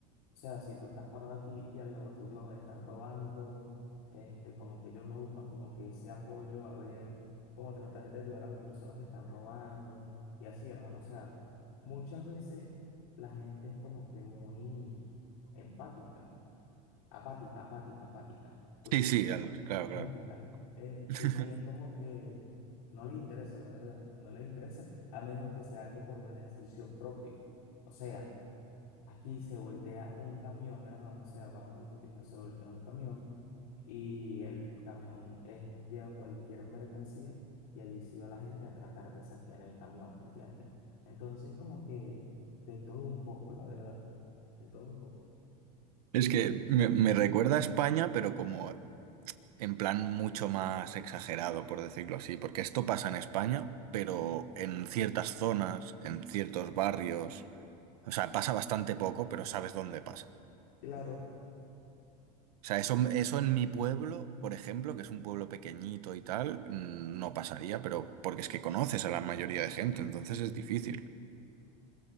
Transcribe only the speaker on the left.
O sea, si tú estás parado aquí y al lado tuyo están robando, este, como que ellos no buscan como que ese apoyo a ver, como tratar de ayudar a las personas que están robando y así, hermano. O sea, muchas veces la gente es como que muy empática apática, apática, apática, disculpa,
apática.
Este,
y es como que no les interesa, la verdad, no les interesa a menos que sea algo por beneficio propio. O sea, aquí se voltea un camión, hermano, o sea, va a una autopista, se voltea un camión y el camión eh, lleva cualquier mercancía y allí se va la gente a tratar de saquear el camión, ¿me entiendes? Entonces, como que de todo un poco, la verdad, de todo un poco.
Claro,